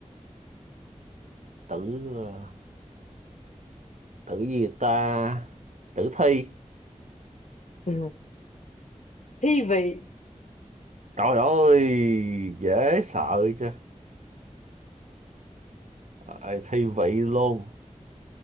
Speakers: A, on the right; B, on the left.
A: tử ờ, tử gì ta tử thi
B: Ừ. thi vị
A: trời ơi dễ sợ chứ Ờ, thi vị luôn